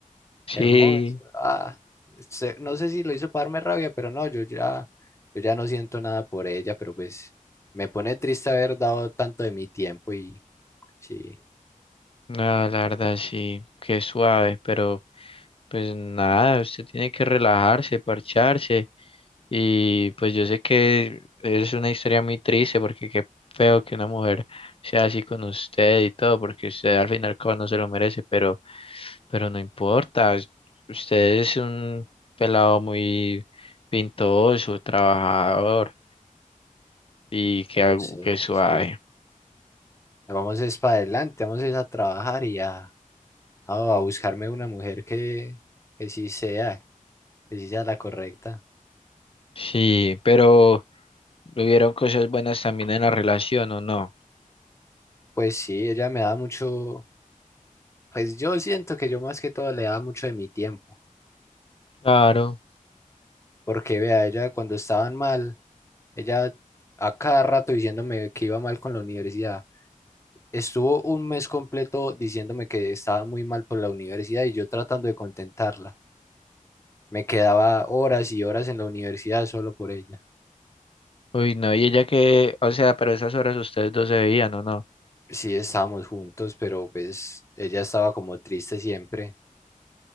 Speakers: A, on the left; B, on the left.
A: Sí,
B: hermoso, ah. Se- no sé si lo hizo para darme rabia, pero no, yo ya, yo ya no siento nada por ella, pero pues me pone triste haber dado tanto de mi tiempo y sí,
A: no, la verdad sí, qué suave, pero pues nada, usted tiene que relajarse, parcharse. Y pues yo sé que es una historia muy triste porque qué feo que una mujer sea así con usted y todo, porque usted al final como no se lo merece, pero, pero no importa. us- Usted es un pelado muy pintoso, trabajador y que,
B: ah,
A: algo-
B: yo sé,
A: que suave.
B: sí. Vamos es para adelante, vamos es a trabajar y a, a, a buscarme una mujer que, que sí sea, que sí sea la correcta.
A: Sí, pero... ¿Hubieron cosas buenas también en la relación o no?
B: Pues sí, ella me da mucho, pues yo siento que yo más que todo le da mucho de mi tiempo.
A: Claro.
B: Porque vea, ella cuando estaban mal, ella a cada rato diciéndome que iba mal con la universidad. Estuvo un mes completo diciéndome que estaba muy mal por la universidad y yo tratando de contentarla. Me quedaba horas y horas en la universidad solo por ella.
A: Uy, no, y ella que, o sea, pero esas horas ustedes dos se veían o no.
B: Sí, estábamos juntos, pero pues ella estaba como triste siempre.